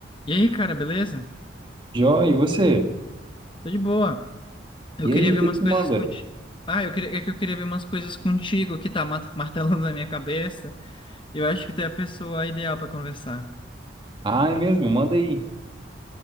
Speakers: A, on the left (about 25°); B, on the right (about 25°).
A: E aí, cara, beleza?
B: Jó, e você?
A: Tô de boa. Eu
B: E
A: queria
B: aí, o
A: ver
B: que
A: umas
B: que
A: coisas
B: manda?
A: contigo. Ah, eu queria... é que eu queria ver umas coisas contigo que tá mat- <laughs> martelando na minha cabeça. Eu acho que tu é a pessoa ideal pra conversar.
B: Ah, é mesmo, manda aí.